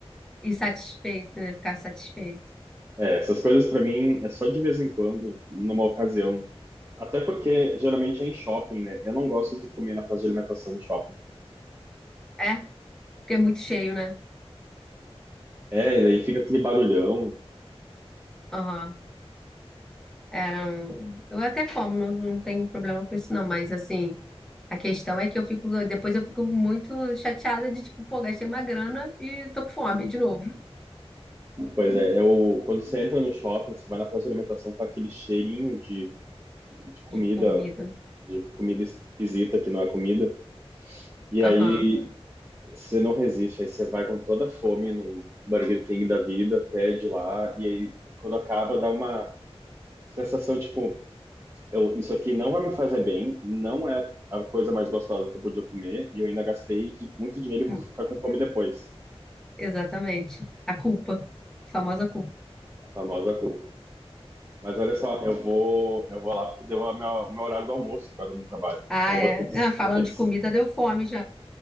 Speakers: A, in the centre; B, on the right (about 25°).
A: E satisfeito, né? Ficar satisfeito.
B: É, essas coisas para mim é só de vez em quando, numa ocasião. Até porque geralmente é em shopping, né? Eu não gosto de comer na praça de alimentação de shopping.
A: É, porque é muito cheio, né?
B: É, e daí fica aquele barulhão.
A: Aham. É, não... Eu até como, não, não tenho problema com isso, não, mas assim. A questão é que eu fico, depois eu fico muito chateada de, tipo, pô, gastei uma grana e tô com fome de novo,
B: Pois é, é o, quando você entra no shopping, você vai na praça de alimentação, tá aquele cheirinho de, de comida
A: de comida.
B: de comida esquisita que não é comida. E
A: Aham,
B: aí você não resiste, aí você vai com toda a fome num Burger King da vida, pede lá, e aí quando acaba dá uma sensação tipo, eu, isso aqui não vai me fazer bem, não é a coisa mais gostosa que eu podia comer, e eu ainda gastei muito dinheiro e
A: hum,
B: vou ficar com fome depois.
A: exatamente. A culpa, a famosa culpa.
B: A famosa cu. Mas olha só, eu vou, eu vou lá porque deu o meu, meu horário do almoço agora no trabalho.
A: Ah,
B: Então
A: é.
B: eu vou ter que,
A: Ah, falando
B: vou ter que
A: de comida, deu fome já,